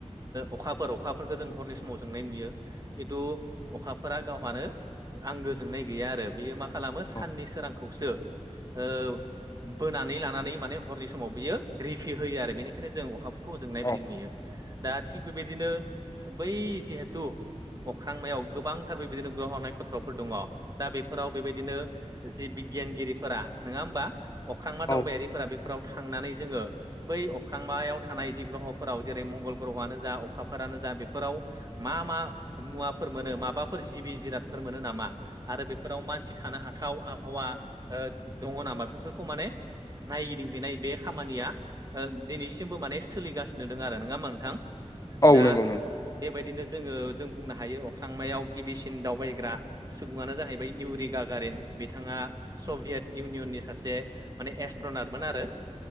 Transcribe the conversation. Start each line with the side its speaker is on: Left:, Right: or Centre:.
Right: अखाफोर अखाफोरखौ जों हरनि समाव जोंनाय नुयो खिन्थु अखाफोरा गावहानो आंगो जोंनाय गैया आरो बेयो मा खालामो साननि
Left: औ
Right: सोरांखौसो ओ बोनानै लानानै माने हरनि समाव बियो रिफि होयो आरो बेनिखायनो जों अखा खौ जोंनाय
Left: औ
Right: बायदि नुयो दा थिग बेबायदिनो बै जिहेथु अख्रांमायाव गोबांथार बेबायदिनो ग्रह नक्षत्रफोर दङ दा बेफोराव बेबायदिनो जि बिगियानगिरिफोरा नङा होमबा अख्रांबा
Left: औ
Right: दावबायारिफोरा बेफोराव थांनानै जोङो बै अख्रांमायाव थानाय जि ग्रह'फोराव जेरै मंगल ग्रह'आनो जा अखाफोरानो जा बेफोराव मा मा मुवाफोर मोनो माबाफोर जिबि जिरादफोर मोनो नामा आरो बेफोराव मानसि थानो हाथाव आबहावा दङ नामा बेफोरखौ माने नायगिदिंहैनाय बे खामानिया दिनैसिमबो माने सोलिगासिनो दं आरो नङा होनबा नोंथां
Left: औ
Right: दा
Left: नंगौ नोंथां
Right: बेबायदिनो जोङो जों बुंनो हायो अख्रांमायाव गिबिसिन दावबायग्रा सुबुङानो जाहैबाय इउरिगाागारिन बिथाङा सभियेत इउनियननि सासे माने एस्ट्रनारमोन आरो